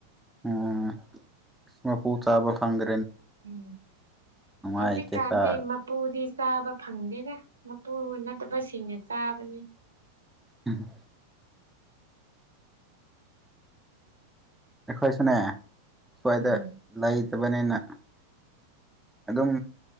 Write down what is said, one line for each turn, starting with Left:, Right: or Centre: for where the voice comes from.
Centre: ꯎꯝ ꯏꯁ ꯄ ꯆꯕ ꯈꯪꯗꯦ
Right: ꯎꯝ
Centre: ꯅꯨꯡꯉꯥꯏꯇꯦꯗ
Right: ꯍꯧꯖꯤꯛꯀꯥꯟꯁꯦ ꯃꯄꯨꯗꯤ ꯆꯥꯕ ꯐꯪꯗꯦꯗ ꯃꯄꯨꯔ ꯅꯠꯇꯕꯁꯤꯡꯅ ꯆꯥꯕꯅꯤ
Centre: ꯎꯝ ꯑꯩꯈꯣꯏꯁꯨꯅꯦ ꯁ꯭ꯋꯥꯏꯗ
Right: ꯎꯝ
Centre: ꯂꯩꯇꯕꯅꯤꯅ
Right: <unintelligible> <inaudible>
Centre: ꯑꯗꯨꯝ